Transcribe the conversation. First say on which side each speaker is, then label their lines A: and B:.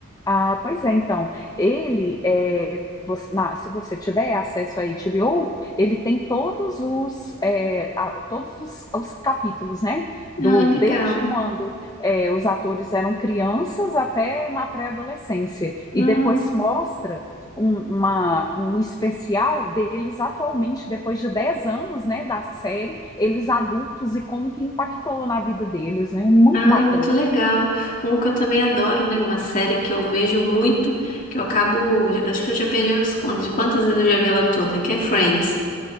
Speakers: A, on the left (about 15°); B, on the left (about 35°).
A: Ah, pois é, então, ele, é, você- na- se você tiver acesso à HBO, ele tem todos os, é, a- todos os, os capítulos, né? Do,
B: Ah, é legal.
A: desde quando é, os atores eram crianças até na pré-adolescência. E
B: Nossa.
A: depois mostra um, uma, um especial deles atualmente, depois de 10 anos, né, da série, eles adultos e como que impactou na vida deles, né? Muito
B: Ai,
A: bacana.
B: muito legal. Um que eu também adoro, né? Uma série que eu vejo muito, que eu acabo. Acho que eu já perdi as contas de quantas vezes eu já vi ela toda, que é Friends.